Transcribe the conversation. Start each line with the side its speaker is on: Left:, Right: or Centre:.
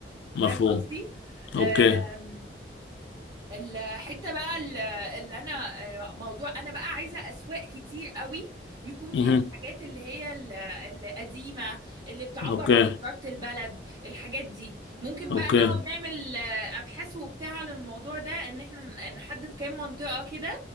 Right: فاهم
Left: مفهوم
Right: قصدي
Left: اوكي
Right: آمم الحته بقى ال- اللي انا موضوع انا بقى عايزه اسواق كتير قوي يكون فيها
Left: مهم.
Right: الحاجات اللي هي ال- القديمه اللي بتعبر
Left: اوكي
Right: عن حضاره البلد الحاجات دي ممكن
Left: اوكي
Right: بقى نقعد نعمل آه، ابحاث وبتاع عن الموضوع ده ان احنا نحدد كام منطقه كده